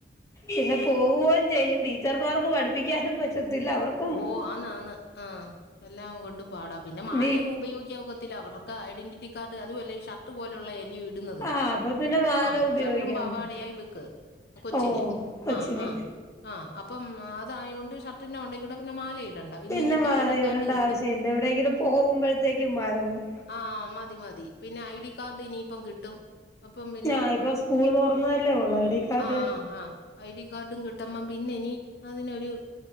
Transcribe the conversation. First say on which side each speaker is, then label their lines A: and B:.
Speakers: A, on the left (about 15°); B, on the left (about 60°).
A: പിന്നെ പോവുകയും ചെയ്യും. ടീച്ചർമാർക്ക് പഠിപ്പിക്കാനും പറ്റത്തില്ല. അവർക്ക്
B: ഓ അന്നാന്ന് ആ എല്ലാം കൊണ്ട് പാടാം പിന്നെ മാലയും
A: നീ
B: ഉപയോഗിക്കാൻ ഒക്കത്തില്ല അവർ ഐഡന്റിറ്റി കാർഡ് അതുല്ല ഷർട്ട് പോലുള്ള എലയോ ഇടുന്നത്.
A: ആഹ് അപ്പൊ പിന്നെ മാല
B: ആ
A: ഉപയോഗിക്കാൻ
B: ഷർട്ടും പാവാടയാ
A: പറ്റും
B: ഇവൾക്ക് കൊച്ചിന്
A: ഓ കൊച്ചിന്
B: ആ ആ ആ അപ്പം അതായത് കൊണ്ട് ഷർട്ടിൻ്റെ മണ്ട പിന്നെ മാല ഇടണ്ടാ ഇനി
A: പിന്നെ
B: ഇനിയിപ്പ
A: മാല
B: ഐ ഡി കാർഡ്
A: ഇടണ്ട
B: കിട്ടും.
A: ആവശ്യമില്ല എവിടെയെങ്കിലും പോകുമ്പോഴത്തേക്കും മാല മതി
B: ആ മതി മതി പിന്നെ ഐ ഡി കാർഡ് ഇനിയിപ്പം കിട്ടും. അപ്പം പിന്നെ
A: ഞാ ഇപ്പൊ സ്കൂൾ തുറന്നതല്ലേ ഉള്ളൂ ഐ ഡി കാർഡ്
B: ആ ആ ആ ഐ ഡി കാർഡും കിട്ട്മ്പം പിന്നെ ഇനി അതിനൊരു